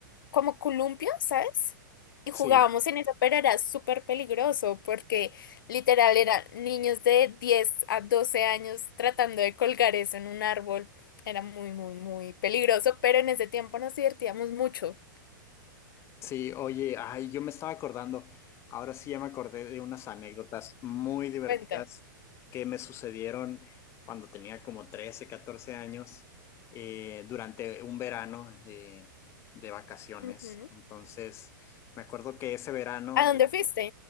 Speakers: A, on the left; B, on the left.
A: como columpio, ¿sabes? Y
B: sí.
A: jugábamos en eso, pero era súper peligroso porque literal eran niños de 10 a 12 años tratando de colgar eso en un árbol. Era muy, muy, muy peligroso, pero en ese tiempo nos divertíamos mucho.
B: Sí, oye, ay, yo me estaba acordando, ahora sí ya me acordé de unas anécdotas muy divertidas
A: Cuenta.
B: que me sucedieron cuando tenía como 13, 14 años, eh, durante un verano eh, de vacaciones.
A: Ujú.
B: Entonces, me acuerdo que ese verano,
A: ¿A dónde fuiste